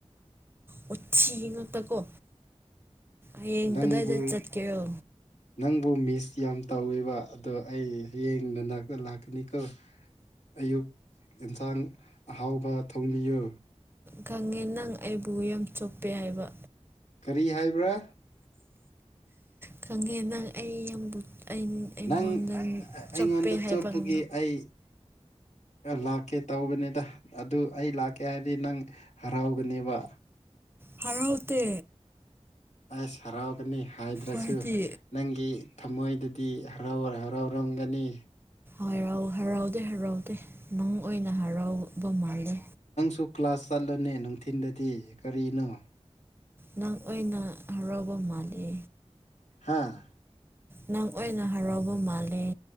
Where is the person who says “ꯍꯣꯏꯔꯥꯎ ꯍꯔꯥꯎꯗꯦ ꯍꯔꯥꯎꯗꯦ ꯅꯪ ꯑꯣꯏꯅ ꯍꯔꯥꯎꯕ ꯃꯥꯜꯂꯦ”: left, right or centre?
Right